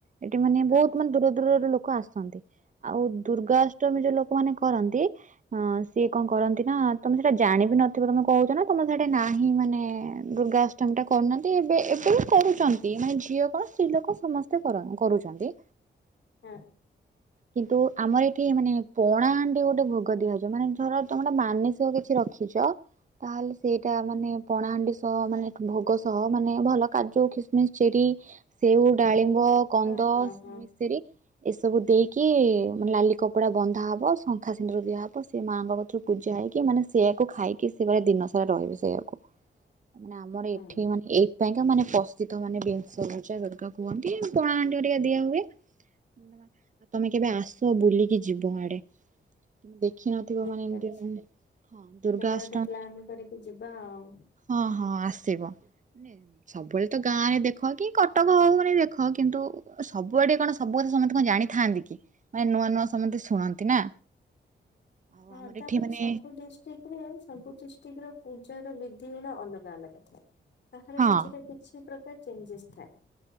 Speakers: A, on the right; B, on the left.
A: ଏଠି ମାନେ ବହୁତ
B: ଆଚ୍ଛା
A: ମାନେ ଦୂର ଦୂରରୁ ଲୋକ ଆସନ୍ତି ଆଉ ଦୁର୍ଗା ଅଷ୍ଟମୀରେ ଲୋକମାନେ କରନ୍ତି ହଁ ସିଏ କଣ କରନ୍ତି ନା ତମେ ସେଟା ଜାଣିବି ନଥିବ ତମେ କହୁଛ ନା ତମେ ସେଇଟା ନାହିଁ ମାନେ ଦୁର୍ଗା ଅଷ୍ଟମୀ ଟା କରୁନାହାନ୍ତି ଏବେ ଏବେ ବି କରୁଛନ୍ତି ମାନେ ଝିଅ କଣ ସ୍ତ୍ରୀ ଲୋକ ସମସ୍ତେ କରୁଛନ୍ତି
B: ହଁ
A: କିନ୍ତୁ ଆମର ଏଠି ମାନେ ପଣାହାଣ୍ଡି ଗୋଟେ ଭୋଗ ଦିଆହେଉଛି ମାନେ ଧର ତମେ ଗୋଟେ ମାନିସ କ କିଛି ରଖିଛ ତାହେଲେ ସେଇଟା ମାନେ ପଣାହାଣ୍ଡି ସହ ମାନେ ଭୋଗ ସହ ମାନେ ଭଲ କାଜୁ ଖିସମିସ ଚେରି ସେଉ ଡାଳିମ୍ବ କନ୍ଦ
B: ହଁ ହଁ ହଁ
A: ମିଶ୍ରି ଏସବୁ ଦେଇକି କି ମାନେ ଲାଲି କପଡ଼ା ବନ୍ଧା ହବ ଶଙ୍ଖା ସିନ୍ଦୁର ଦିଆହେବ ସେ ମାଆଙ୍କ କଥରୁ ପୂଜା ହେଇକି ମାନେ ସେଇଆକୁ ଖାଇକି ସେ ପୁରା ଦିନ ସାରା ରହିବେ ସେଇଆକୁ
B: <inaudible>
A: ମାନେ ଆମର
B: ହଁ
A: ଏଠି ମାନେ ଏ ପାଇଁକା ମାନେ ପ୍ରସ୍ଥତ ମାନେ ବିଂଶପୂଜା ଦୁର୍ଗା କୁହନ୍ତି ପଣା ହାଣ୍ଡି ହେରିକା ଦିଆ ହୁଏ ମବା <inaudible> ଆଉ ତମେ କେବେ ଆସ ବୁଲିକି ଯିବ ଆଡେ ଦେ ଦେଖି ନଥିବ
B: ଠିକ୍
A: ମାନେ ଏମତି
B: ଅଛି।
A: ହଁ ଦୁର୍ଗାଷ୍ଟମୀ
B: କେବେ ଗୋଟେ ପ୍ଲାନ୍ କରିକି ଯିବା ଆଉ।
A: ହଁ ହଁ ଆସିବ। ସବୁବେଳେ ତ ଗାଁ ରେ ଦେଖ କି କଟକ ହଉନ ଦେଖ କିନ୍ତୁ ସବୁଆଡେ କଣ ସବୁ କଥା ସମସ୍ତେ କଣ ଜାଣି ଥାଆନ୍ତି କି? ମାନେ ନୂଆ ନୂଆ ସମସ୍ତେ ଶୁଣନ୍ତି ନା ଆଉ
B: ହଁ
A: ଆମର
B: ତାପରେ
A: ଏଠି ମାନେ
B: ସବୁ ଜ କରେ ସବୁ ଡିଷ୍ଟ୍ରିକ୍ଟ ର ପୂଜାର ବିଧି ଗୁଡା ଅଲଗା ଅଲଗା ଥାଏ କାହାର
A: ହଁ
B: କିଛିଟା କିଛି ପ୍ରକାର ଚେଞ୍ଜେସ୍ ଥାଏ।